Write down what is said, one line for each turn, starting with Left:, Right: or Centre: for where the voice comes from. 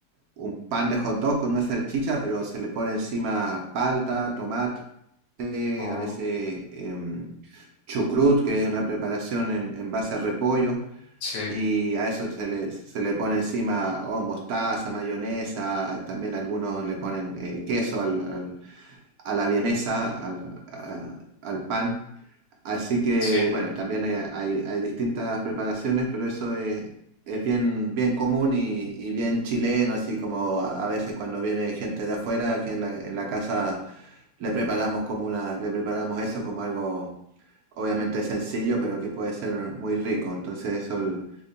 Right: un pan de hot dog con una salchicha, pero se le pone encima palta, tomate,
Left: Oh,
Right: a veces em, chucrut, que es una preparación en, en base a repollo,
Left: sí,
Right: y a eso se le, se le pone encima oh, mostaza, mayonesa, también algunos le ponen eh, queso al- al- a la vienesa, al, a- al pan. Así que,
Left: sí.
Right: bueno, también hay, hay- hay distintas preparaciones, pero eso es, es bien, bien común y, y bien chileno, así como a, a veces cuando viene gente de afuera, aquí en la, en la casa le preparamos como una, le preparamos eso como algo obviamente sencillo, pero que puede ser muy rico. Entonces eso l-